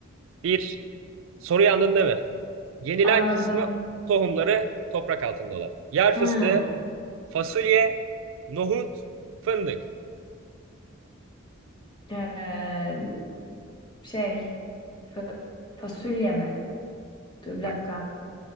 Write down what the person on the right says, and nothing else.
Bir, soruyu anladın değil mi? Yenilen
kısmı tohumları toprak altında olan. Yer
fıstığı, Fasulye, nohut, fındık.
Bak,